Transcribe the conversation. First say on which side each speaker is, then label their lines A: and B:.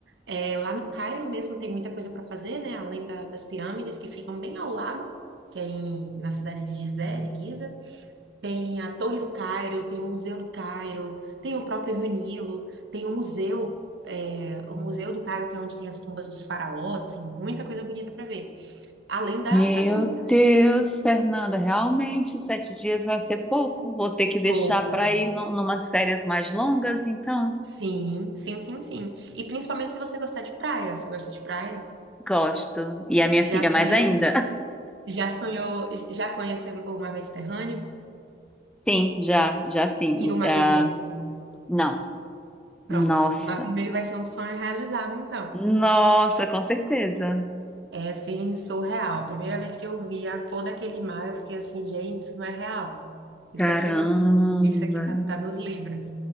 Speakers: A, on the right (about 85°); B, in the centre.
A: É, lá no Cairo mesmo tem muita coisa para fazer, né? Além da- das pirâmides que ficam bem ao lado, que é em, na cidade de Gizé, de Giza. Tem a Torre do Cairo, tem o Museu do Cairo, tem o próprio Rio Nilo, tem o museu, é, o Museu do Cairo, que é onde tem as tumbas dos faraós, assim, muita coisa bonita para ver. Além da,
B: Meu
A: da comida.
B: Deus, Fernanda, realmente sete dias vai ser pouco. Vou ter que deixar
A: Pouco.
B: para ir nu- numas férias mais longas, então
A: Sim, sim, sim, sim. E principalmente se você gostar de praia. Você gosta de praia?
B: gosto. E a minha
A: Já
B: filha
A: sonhou?
B: mais ainda. <laughs>
A: Já sonhou, já conheceu o mar Mediterrâneo
B: Sim, já, já sim.
A: e o mar
B: Ah,
A: Vermelho?
B: não. Nossa,
A: Pronto, o mar Vermelho vai ser um sonho realizado, então.
B: nossa, com certeza.
A: É assim, surreal. A primeira vez que eu vi a cor daquele mar, eu fiquei assim, gente, isso não é real. Isso
B: Caramba.
A: aqui não é, isso aqui tá, tá nos livros.